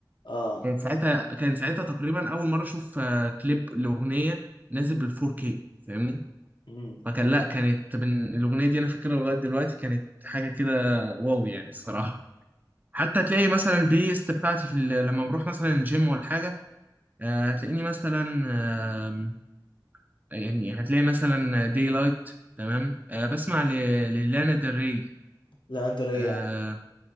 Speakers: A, on the left; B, on the right.
A: اه
B: كانت ساعتها كان ساعتها تقريبا أول مرة أشوف آه، كليب لأغنية نازل بال 4K فاهمني
A: امم
B: فكان لا كانت من الأغنية دي أنا فاكرها لغاية دلوقتي كانت حاجة كده واو يعني الصراحة حتى تلاقي مثلا البلاي ليست بتاعتي في ال- لما بروح مثلا الجيم ولا حاجة آه، هتلاقيني مثلا آم، يعني هتلاقي مثلا داي لايت تمام آه، بسمع ل- للانا ديل ري
A: لا انت رايق
B: اه
A: يا عم.